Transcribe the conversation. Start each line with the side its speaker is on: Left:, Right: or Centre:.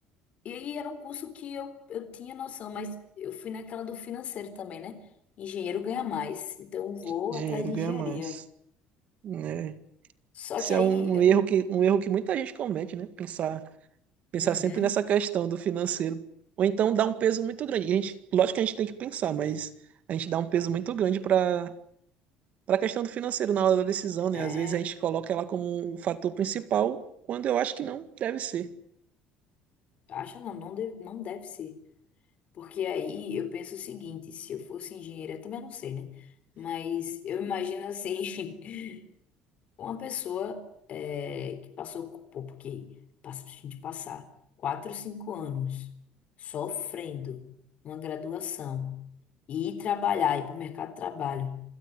Left: E aí era um curso que eu, eu tinha noção, mas eu fui naquela do financeiro também, né? Engenheiro ganha mais, então vou
Right: <laughs> Dinheiro
Left: atrás de
Right: ganha
Left: engenharia.
Right: mais, né?
Left: Só
Right: Isso
Left: que aí
Right: é um
Left: eu.
Right: um erro que, um erro que muita gente comete, né? Pensar, pensar
Left: Uhum,
Right: sempre nessa questão do financeiro. Ou então dá um peso muito grande. A gente, lógico que a gente tem que pensar, mas a gente dá um peso muito grande para para a questão do financeiro na hora da decisão, né?
Left: é.
Right: Às vezes a gente coloca ela como um fator principal, quando eu acho que não deve ser.
Left: Acha não, não deve, não deve ser. Porque aí eu penso o seguinte, se eu fosse engenheira, também eu não sei, né? Mas eu imagino assim, <laughs> uma pessoa eh, que passou, pô, porque passa, a gente passar quatro, cinco anos sofrendo uma graduação e ir trabalhar, ir para o mercado de trabalho